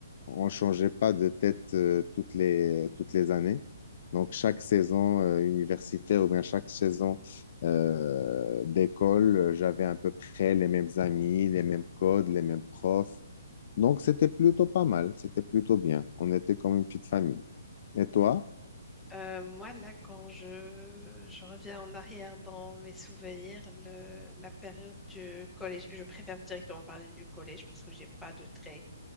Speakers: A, on the left; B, in the centre.
A: on changeait pas de tête, euh, toutes les, toutes les années. Donc,
B: mhm.
A: chaque saison, euh, universitaire ou bien chaque saison, euh, d'école, euh, j'avais à peu près les mêmes amis, les mêmes codes, les mêmes profs. Donc, c'était plutôt pas mal, c'était plutôt bien. On était comme une petite famille. Et toi?
B: Euh, moi, là, quand je, je reviens en arrière dans mes souvenirs, le- la période du collège, je préfère directement parler du collège parce que j'ai pas de très